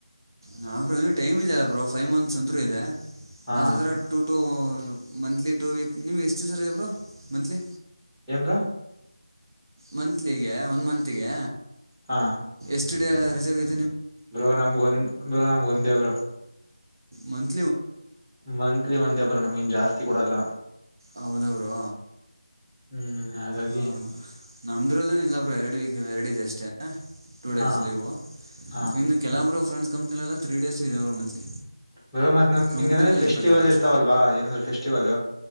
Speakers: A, on the right; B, in the centre.
A: ಹಾ ಬ್ರೋ ಇ ಟೈಮ್ ಇದೆ ಅಲ್ಲ ಬ್ರರು ಫೈವ್ ಮಂತ್ಸ್ ಅಂತೂ ಇದೆ
B: ಹಾ
A: ಅದದ two to monthly two week ನಿಮ್ಗೆ ಎಷ್ಟು ಸರ್ಬ್ರು ಮಂತ್ಲಿ
B: ಏನ್್ರಾ
A: ಮಂತ್ಲಿಗೆ ಒನ್ ಮತ್ಗೆ
B: ಹಾ
A: ರಜೆ <inaudible>
B: ಬ್ರೋ ನಮಗೊಂದ್ ಬ್ರೋ ನಮ್ಗ ಒಂದೇ ಬರುೋ
A: ಮತ್
B: ಮಂತ್ಲಿ ಒಂದೇ ಬ್ರ ನಮ್ಗಿನ್ ಜಾಸ್ತಿ ಕೊಡಲ್ಲ
A: ಹೌದ ಬ್ರೋ
B: ಹ್ಮ್ ಹಾಗಾಗಿ
A: ಹಾ ನಮ್ದ್ರಲ್ಲೇನ ಇಲ್ಲಾ ಬ್ರರು ಎರಡು ಎರಡಿದೆ ಅಷ್ಟೇ ಟೂ
B: ಹಾ
A: ಡೇಸ್ ಲೀವು
B: ಹಾ
A: ಇ ಕೆಲವೊರು ಫ್ರೆಂಡಸ್ ಕಂಪ್ನಿಲ್ಲ ತ್ರೀ ಡೇಸು ಇದಾವ ರ ಮಂತ್ಲಿ
B: ಬ ಮತ್
A: ಕಂಪ್ನಿ
B: ಹಂಗಗೆಂದ್ರೆ
A: ಮೇಲೆ
B: ಫೆಸ್ಟಿವಲ್
A: ಡಿಪೆಂಡ್ ಆಗುತ್ತೆ
B: ಇರ್ತಾವಲ್ವಾ ಏನಂದ್ರೂ ಫೆಸ್ಟಿವಲ್